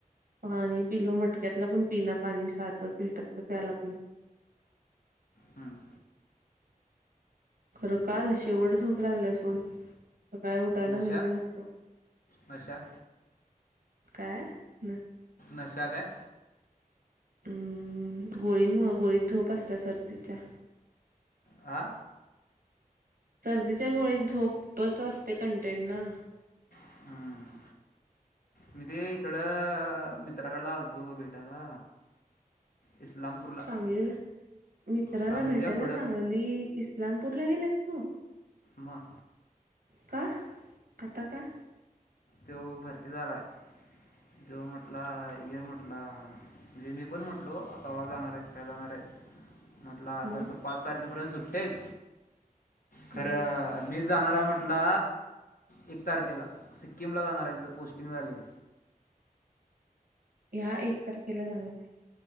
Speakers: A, on the right; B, on the left.
A: पाणी पिलो मटक्यातलं पण पिना पाणी साधं फिल्टरच प्याय लागलोयं.
B: हम्म.
A: खरं काल शेवट झोप लागल्या सोड. काय उठायला
B: नशा
A: होईना झालत.
B: नशा
A: काय ना?
B: नशा काय.
A: हम्म गोळीमुळ गोळीत झोप असत्या सर्दीच्या.
B: आ.
A: सर्दीच्या गोळीत झोपच असते कंटेन ना.
B: हम्म. मी ते इकड मित्राकडला आलतो भेटायला. इस्लामपूरला
A: चांगलेला मित्राला
B: सांगलीच्या
A: भेटायला
B: पुढं
A: चांगली इस. इलामपूर ला गेलेस तू.
B: म.
A: का आता का.
B: तेो भरती झालाय जो म्हटला य म्हटला. म्हणजे मी पण म्हटलो आताव्हा जाणार आहेस काय जाणार आहेस म्हटलं असं
A: मग
B: असं पाच तारखेपर्यंत सुट. तेच खरं
A: हम्म,
B: मी जाणार आहे म्ह. आठला एक तारखेला सिक्कीमला जाणार आहे तिथं पोस्टिंग झाली आहे.
A: ह्या एक तारखेला जाणार आहे.